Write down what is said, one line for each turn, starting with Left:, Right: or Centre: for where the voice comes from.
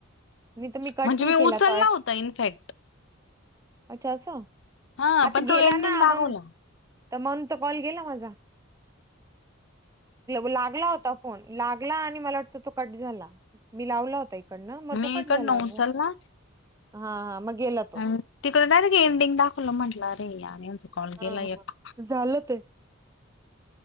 Right: नाही तर कट
Left: म्हणजे
Right: नाही
Left: मी
Right: केला
Left: उचलला
Right: तो
Left: होता इनफॅक्ट.
Right: अच्छा असं,
Left: हा
Right: आता
Left: पण
Right: गेला
Left: तो एंडिंग
Right: ना
Left: दाखवला
Right: म्हण तर म्हणून तर कॉल गेला माझा. लागला होता फोन लागला आणि मला वाटत तो कट झाला. मी लावला होता इकडंन मग
Left: मी
Right: तो कट
Left: इकडनं
Right: झाला.
Left: उचलला
Right: हा-हा मग तो.
Left: आणि तिकडे डायरेक्ट एडिंग दाखवलं, म्हटलं अरे यार कॉल
Right: हं
Left: गेला एक.
Right: हं झालं ते.